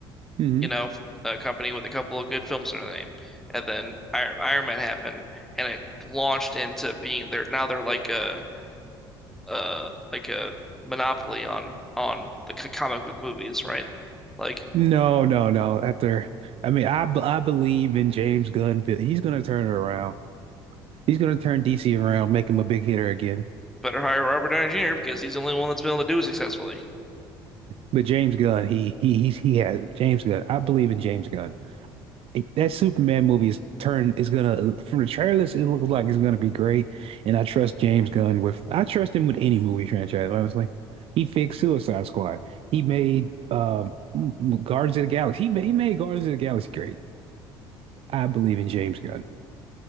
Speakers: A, on the right; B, in the centre.
A: hmm
B: you know, a company with a couple of good films to their name. And then I Iron Man happened, and it launched into being they're now they're like a uh like a monopoly on on the c- comic book movies, right? Like
A: No, no, no. After, I mean, I b- I believe in James Gunn. He's gonna turn it around. He's gonna turn DC around, make him a big hitter again.
B: better hire Robert Downey Jr. because he's the only one that's been able to do it successfully.
A: But James Gunn, he he he's, he has it. James Gunn. I believe in James Gunn. It- That Superman movie is turned is gonna from the trailers, it looks like it's gonna be great. And I trust James Gunn with I trust him with any movie franchise, honestly. He fixed Suicide Squad. He made um Guardians of the Galaxy. He made, he made Guardians of the Galaxy great. I believe in James Gunn.